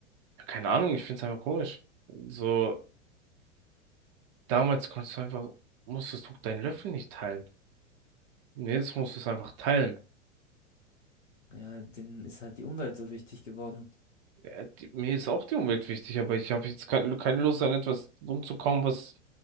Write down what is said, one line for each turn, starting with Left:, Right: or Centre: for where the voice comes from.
Right: Keine Ahnung, ich find's einfach komisch. So. Damals konntest du einfach, musstest du deinen Löffel nicht teilen. Und jetzt musst du es einfach teilen.
Left: Ja, denen ist halt die Umwelt so wichtig geworden.
Right: Ja, die, mir ist auch die Umwelt wichtig, aber ich habe jetzt kein keine Lust an etwas rumzukauen, was